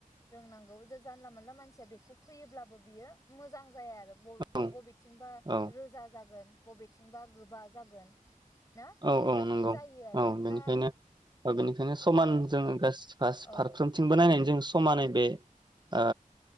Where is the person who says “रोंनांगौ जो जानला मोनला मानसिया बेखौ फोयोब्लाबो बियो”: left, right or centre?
Left